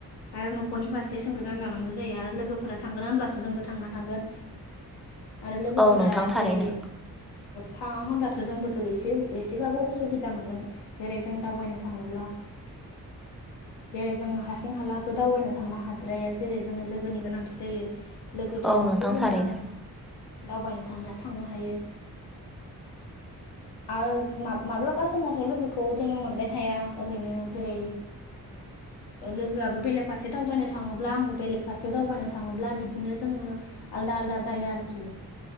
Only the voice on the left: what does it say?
आरो न'खरनि फारसे सोंग्रोना लानांगौ जायो आरो लोगोफोरा थांगोन होनब्लासो जोंबो थांनो हागोन आरो लोगोफोरा
जेरै
थाङा होनबाथ' जोंबोथ' एसे एसेबाबो उसुब सुबिदा मोनगोन जेरै जों दावबायनो थाङोब्ला जेरै जों हारसिं हालाबो दावबायनो थांनो हाद्राया जेरै जोंनो लोगोनि गोनांथि जायो लोगो थाब्लासो
जोङो
दावबायनो थां थांनो हायो आरो मा माब्लाबा समावथ' लोगोखौ जोङो मोनबाय थाया ओरैनो जेरै लोगोआबो बेलेग फारसे दावबायनो थाङोब्ला आंबो बेलेग फारसेयाव दावबायनो थाङोब्ला बिदिनो जोङो आलादा आलादा जायो आरोखि